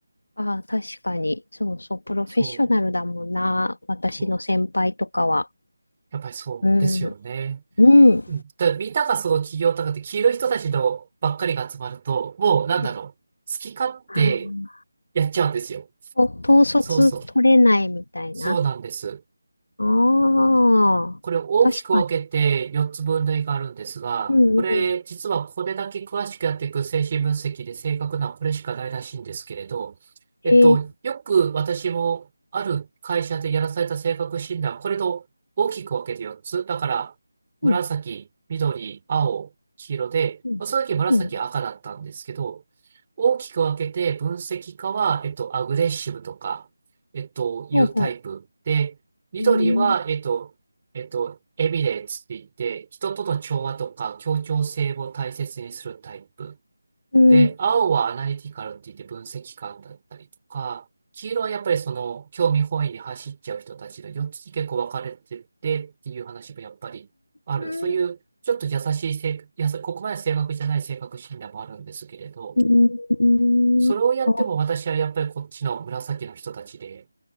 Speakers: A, on the left; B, on the right.
A: ああ、確かに。そうそう、プロフェッショナルだもんな。
B: そう、
A: 私の先輩とかは。
B: そう。やっぱりそうですよね。
A: うん。うん。
B: うんだみんながその企業とかって黄色い人たちのばっかりが集まると、もうなんだろう。
A: うん。
B: 好き勝手
A: あ、
B: やっちゃうんですよ。
A: と統率取れないみたいな。
B: そうそう、そうなんです。
A: ああ、
B: これ大きく分けて4つ分類があるんですが、
A: 確かに。うんうん。
B: これ実はこれだけ詳しくやっていく精神分析で正確なのはこれしかないらしいんですけれど、えっと、
A: ええ
B: よく私もある会社でやらされた性格診断、これと大きく分けて4つ。だから、紫、
A: うん。
B: 緑、青、黄色で、
A: うん。
B: まあ、その時紫赤だったんですけど、
A: うん。
B: 大きく分けて分析家は、えっと、アグレッシブとか、えっと、いうタイプで、
A: ほうほ
B: 緑は、
A: う。うん。
B: えっと、えっと、エビレーツって言って、人との調和とか協調性を大切にするタイプ。
A: うん。
B: で、青はアナリティカルって言って分析官だったりとか、黄色はやっぱりその興味本位に走っちゃう人たちの4つに結構分かれててっていう話もやっぱりある。
A: うん
B: そういうちょっと優しい性、やさ、ここまで正確じゃない性格診断もあるんですけれど、
A: うーん。
B: それをやっても私はやっぱりこっちの紫の人たちで、
A: あ、